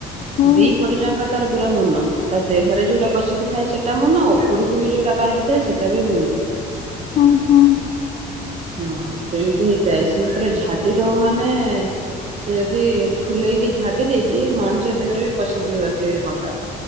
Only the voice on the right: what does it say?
ଦି ପଟଯାଙ୍ଗ ତାର ପୁରା ମୁନ ତ ଦେହରେ ଯୋଉଟା ପଶିକି ଥାଏ ସେଟା ମୁନ ଉପରକୁ ବି ଯୋଉଟା ବାହାରିଥାଏ ସେଟା ବି ମୁନି
ହଁ ସେମିତି ହେଇଥାଏ ସେ ପୁରା ଝାଡି ଦବ ମାନେ ସେ ଯଦି ଫୁଲେଇକି ଝାଡି ଦେଇଛି ମଣିଷ ଦେହରେ ବି ପଶିଯିବ ସେ କଣ୍ଟା